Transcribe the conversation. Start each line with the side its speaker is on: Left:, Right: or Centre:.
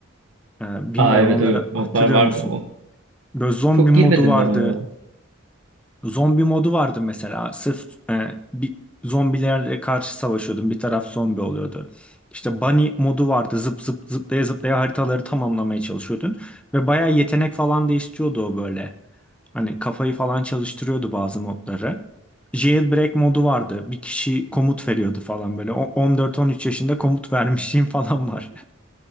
Centre: Ee, bilmiyorum
Right: Aa evet
Centre: onları
Right: öyle modlar
Centre: hatırlıyor
Right: vardı.
Centre: musun?
Right: O-
Centre: Böyle zombi
Right: Çok
Centre: modu
Right: girmedim
Centre: vardı.
Right: ben onlara.
Centre: Zombi modu vardı mesela. Sırf e, bir zombilerle karşı savaşıyordun. Bir taraf zombi oluyordu. İşte bunny modu vardı. Zıp zıp zıplaya zıplaya haritaları tamamlamaya çalışıyordun. Ve bayağı yetenek falan da istiyordu o böyle. Hani kafayı falan çalıştırıyordu bazı modları. Jailbreak modu vardı. Bir kişi komut veriyordu falan böyle. O- 14-13 yaşında komut vermişliğim <laughs> falan var.